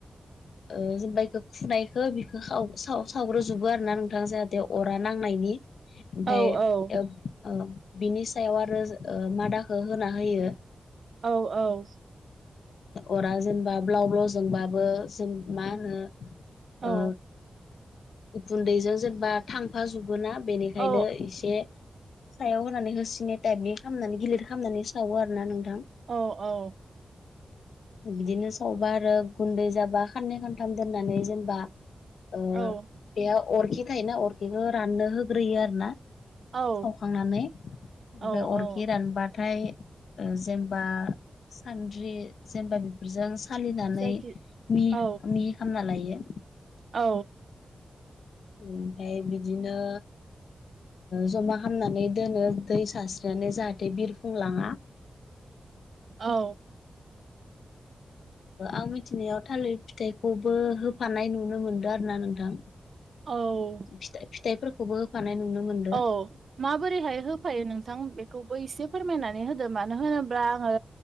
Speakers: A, on the left; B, on the right.
A: ओ जेनबा इखौ फुनायखो बिखौ सावग्रोजोबो आरो ना नोंथांङा जाहाथे अरा नांनायनि। ओमफ्राय
B: औ औ
A: ओ ओ बिनि सायाव आरो ओ मादाखौ होना होयो
B: औ औ
A: अरा जेनेबा ब्लाव ब्लाव जोंबाबो जों मा होनो
B: औ
A: ओ उखुन्दैजों जेनेबा थांफाजोबोना बेनिखायनो
B: औ
A: एसे सायाव होनानै होसिनो टाइपनि खालामनानै गिलिर खालामनानै सावो आरो ना नोंथां।
B: औ औ
A: बिदिनो सावबा आरो गुन्दै जाबा खाननै खानथाम दोननानै जेनेबा ओ
B: औ
A: बे अरखि थायोना अरखिखौ राननो होग्रोयो आरो ना
B: औ
A: सावखांनानै <unintelligible>
B: औ औ
A: सानबाथाय ओ जेनबा सानद्रि जेनेबा बेफोरजों सालिनानै
B: जायखि
A: मि
B: औ
A: मि खामना लायो।
B: औ
A: ओमफ्राय बिदिनो जमा खालामामनानै दोनो दै सारस्रिनानै जाहाथे बिरफुंलाङा
B: औ
A: आं मिथिनायाव थालिर फिथाइखौबो होफानाय नुनो मोनदों आरो ना नोंथां
B: औ
A: फिथाइ फिथाइफोरफोरखौ खबो होफानाय नुनो मोनदों
B: औ माबोरैहाय होफायो नोंथां बेखौबो एसे फोरमायनानै <unintelligible> मानो होनोबा आङो